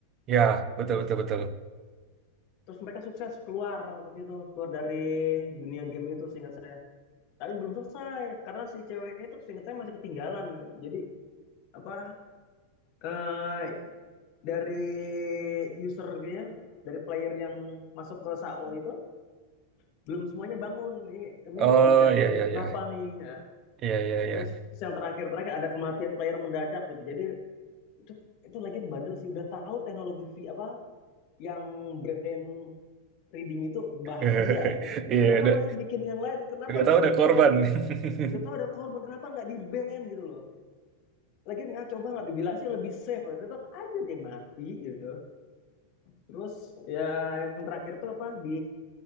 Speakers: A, on the right; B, on the left.
A: Ya, betul
B: terus
A: betul betul.
B: terus mereka sukses keluar gitu, keluar dari dunia game itu seingat saya tapi belum selesai karena si ceweknya itu seingat saya masih ketinggalan jadi apa eh dari user dia dari player yang masuk ke SAO itu belum semuanya bangun ini ini
A: Oh
B: dicari
A: ya
B: nih
A: ya ya.
B: kenapa nih ya.
A: Iya iya
B: Nah,
A: iya.
B: terus, terus yang terakhir terakhir ada kematian player mendadak gitu jadi itu itu lagi bandel sih udah tahu teknologi v, apa yang brand reading itu
A: <laughs>
B: bahaya.
A: Iya
B: Mereka
A: udah
B: masih bikin yang lain, kenapa
A: udah
B: nggak
A: tahu udah
B: di
A: korban.
B: ban gitu?
A: <laughs>
B: Udah tahu ada korban, kenapa nggak di ban gitu loh? Lagian nggak coba nggak dibilang sih lebih safe, ya. tetap aja deh mati gitu. Terus ya yang terakhir tuh apa di